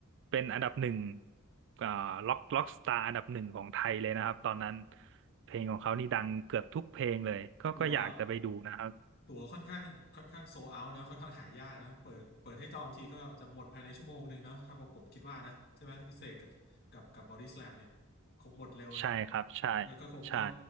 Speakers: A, on the right; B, on the left.
A: เป็นอันดับหนึ่งอ่าล็อกล็อกสตาร์อันดับหนึ่งของไทยเลยนะครับตอนนั้นเพลงของเขานี่ดังเกือบทุกเพลงเลยก็ก็อยากจะไปดูนะครับ
B: ตั๋วตั๋วค่อนข้างค่อนข้างโซเอาเนาะค่อนข้างหายากเนาะเปิดเปิดให้จองทีก็จะหมดภายในชั่วโมงหนึ่งเนาะถ้าบอกผมคิดว่านะใช่ไหมถ้าพิเศษกับกับกับบอดี้สแลมเนี่ยคงหมดเร็วอะนะ
A: ใช่ครับใช่
B: แล้วก็คงต้อง
A: ใช่